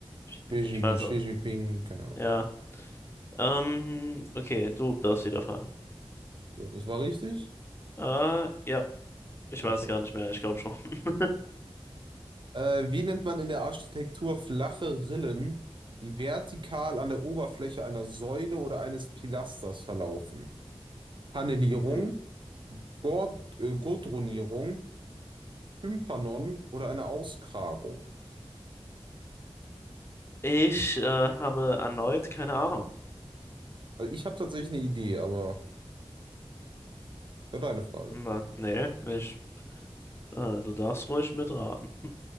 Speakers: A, on the left; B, on the right.
A: Xi Ping,
B: Xi, Ji-
A: ich weiß auch.
B: Xi Jinping, keine Ahnung.
A: Ja, ähm, okay, du darfst wieder fragen.
B: So, Das war richtig?
A: Äh, ja, ich
B: Ah,
A: weiß
B: top.
A: es gar nicht mehr, ich glaube schon. <laughs>
B: Äh, wie nennt man in der Architektur flache Rillen, die vertikal an der Oberfläche einer Säule oder eines Pilasters verlaufen? Kannelierung,
A: Hm.
B: Gord äh, Gordronierung, Tympanon oder eine Auskragung?
A: Ich äh, habe erneut keine Ahnung.
B: Also ich habe tatsächlich eine Idee, aber ja, deine Frage.
A: Na, Nee, ich, äh, du darfst ruhig mitraten.